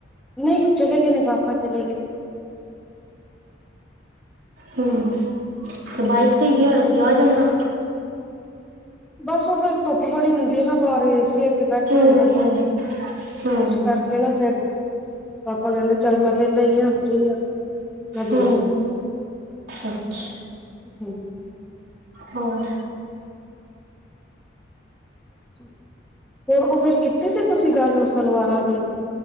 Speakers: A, in the centre; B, on the right (about 80°).
A: ਨਹੀ ਚਲੇ ਗਏ ਨੇ ਪਾਪਾ ਚਲੇ ਗਏ।
B: ਹੂੰ ਬਾਈਕ ਤੇ ਗਿਆ ਹੋਇਆ ਸੀ ਆ ਜਾਂਦਾ।
A: ਬਸ ਉਹ ਫੇਰ ਧੁਪ ਬੜੀ ਹੁੰਦੀ ਹੈ ਨਾ ਬਾਰ ਏ-ਸੀ ਅੱਗੇ ਬੈਠਾ
B: ਹਮ
A: ਹੁੰਦਾ
B: ਹਮ ਹਮ
A: ਇਸ ਕਰਕੇ ਕਹਦਾ ਫੇਰ ਪਾਪਾ ਕਹਿੰਦੇ ਚੱਲ ਮੈਂ ਵੇਲਾ ਹੀ ਆ ਫਰੀ ਆ। ਨਦੀ
B: ਹਮ
A: ਨਾਲ
B: ਅੱਛਾ
A: ਹੂ।
B: ਹਾਂ।
A: ਹੋਰ ਉਹ ਫੇਰ ਕੀਤੀ ਸੀ ਤੁਸੀਂ ਗੱਲ ਉਹ ਸਲਵਾਰਾਂ ਦੀ?